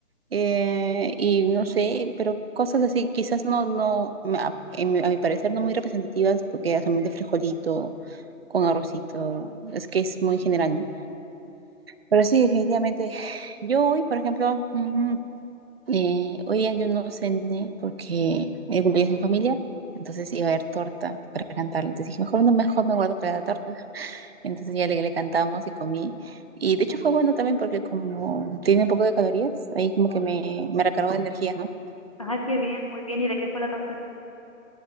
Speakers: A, on the right; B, on the left.
A: eh, y no sé, pero cosas así, quizás no, no, a, en mi- a mi parecer no muy representativas porque era solamente frijolito con arrocito, es que es muy general, ¿no? Pero sí, definitivamente, yo hoy, por ejemplo, mm, eh, hoy día yo no cené porque era el cumpleaños de mi familiar, entonces iba a haber torta para cantarle, entonces dije, mejor no, mejor me guardo para la torta. Entonces ya le, le cantamos y comí. Y de hecho fue bueno también porque como tiene un poco de calorías, ahí como que me, me recargó de energías, ¿no?
B: Ah, qué bien, muy bien. ¿Y de qué fue la torta?